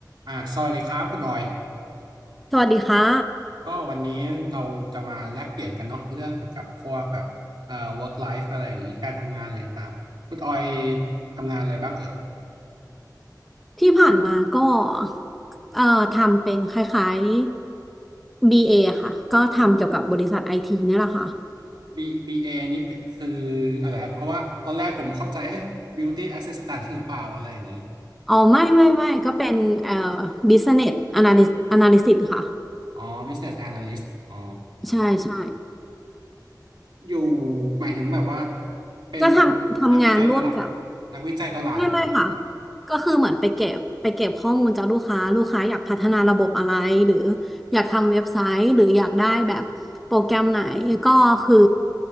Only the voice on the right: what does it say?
อ่าสวัสดีครับคุณออย
ก็วันนี้เราจะมาแลกเปลี่ยนกันเนาะเรื่องเกี่ยวกับพวกแบบเอ่อ work life อะไรอย่างนี้การทำงานอะไรต่างๆคุณออยทำงานอะไรบ้างเอ่ย
B BA นี่เป็นคืออะไรครับเพราะว่าตอนแรกผมเข้าใจเอ๊ะ beauty assistant หรือเปล่าอะไรอย่างนี้
อ๋อ business analyst อ๋อ
อยู่หมายถึงแบบว่าเป็น
นักวิจัยตลาดนักวิจัยตลาด